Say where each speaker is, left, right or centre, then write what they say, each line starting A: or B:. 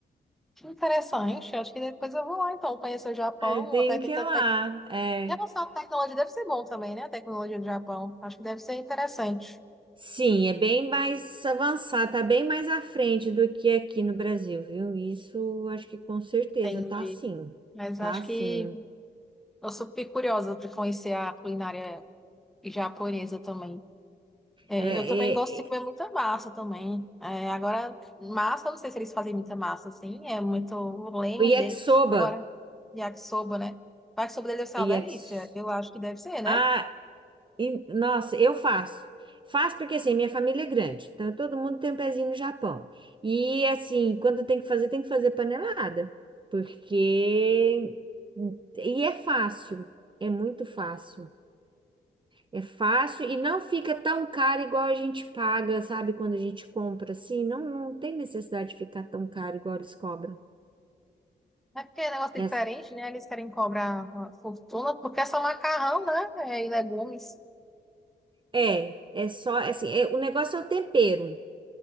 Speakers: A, in the centre; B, on the right.
A: que interessante. Acho que depois eu vou lá, então, conhecer o Japão.
B: Ah, tem
A: Até que
B: que
A: tanto
B: ir lá.
A: tec-
B: É.
A: Em relação à tecnologia, deve ser bom também, né? A tecnologia do Japão. Acho que deve ser interessante.
B: Sim, é bem mais avançado, tá bem mais à frente do que aqui no Brasil, viu? Isso acho que com certeza
A: Entendi.
B: tá sim.
A: Mas
B: Tá
A: acho
B: sim.
A: que eu sou bem curiosa para conhecer a culinária japonesa também. É,
B: É,
A: eu também gosto de
B: é,
A: comer muita massa também. É, agora, massa, eu não sei se eles fazem muita massa, assim, é muito o leme
B: O yakisoba.
A: deles. Agora, yakisoba, né? O yakisoba deles deve ser uma
B: O yakis,
A: delícia. Eu acho que deve ser, né?
B: Ah, e- nossa, eu faço. Faço porque assim, minha família é grande, então todo mundo tem um pezinho no Japão. E assim, quando tem que fazer, tem que fazer panelada. Porque. E é fácil. É muito fácil. É fácil e não fica tão caro igual a gente paga, sabe? Quando a gente compra assim, não, não tem necessidade de ficar tão caro igual eles cobram.
A: É porque é um negócio
B: É,
A: diferente, né? Eles querem cobrar uma fortuna, porque é só macarrão, né? É, e legumes,
B: é é só assim, é, o negócio é o tempero.